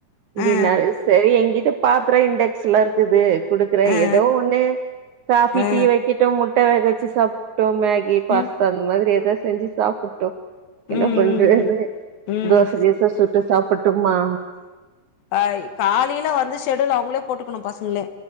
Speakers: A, on the right (about 70°); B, on the left (about 70°).
A: இப்டிநாரு
B: ஆ
A: செரி என்கிட்ட பாத்துரோ இண்டெக்ஸ்ல இருக்குது குடுக்குற
B: ஆ
A: ஏதோ ஒண்ணு காபி
B: ஆ ஆ
A: டீ வைக்கட்டு முட் ட வேக வச்சு சாப்பட்டோ மேகி பாஸ்தா
B: ம்
A: அந்த மாரி எதாது செஞ்சு சாப்பட்டோ
B: ம்
A: என்ன
B: ம்
A: பண்றது
B: ம்
A: தோசை
B: ம்
A: கிச சுட்டு சாப்பட்டுமா
B: ஆ காலையில வந்து செடூல் அவுங்களே போட்டுக்கணு பசங்களே